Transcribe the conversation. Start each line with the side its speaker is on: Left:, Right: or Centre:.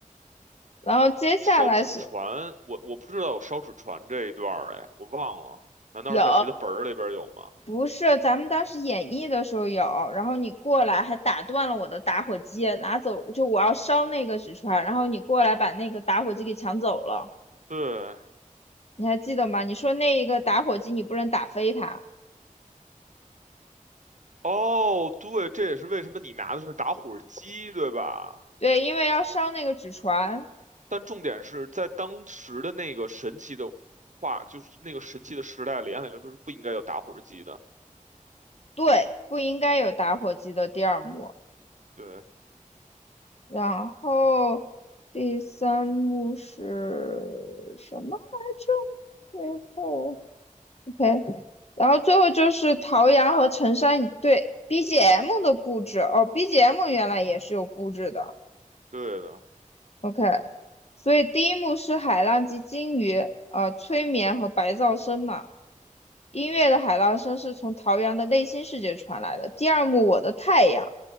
Left: 然后接下来是
Right: 烧纸船，我我不知道有烧纸船这一段儿，哎，我忘了，难道是在谁的本儿里边儿有吗？
Left: 有，不是咱们当时演绎的时候有，然后你过来还打断了我的打火机，拿走就我要烧那个纸船，然后你过来把那个打火机给抢走了，
Right: 对，
Left: 你还记得吗？你说那一个打火机你不能打飞它，
Right: 哦，对，这也是为什么你拿的是打火机，对吧？
Left: 对，因为要烧那个纸船，
Right: 但重点是在当时的那个神奇的话，就是那个神奇的时代里，按理来说是不应该有打火机的。
Left: 对，不应该有打火机的第二幕。
Right: 对，
Left: 然后第三幕是什么来着？最后，OK，然后最后就是陶阳和陈山一对 BGM 的布置哦，BGM 原来也是有布置的
Right: 对的，
Left: ，OK，所以第一幕是海浪及鲸鱼，呃，催眠和白噪声嘛，音乐的海浪声是从桃园的内心世界传来的。第二幕《我的太阳》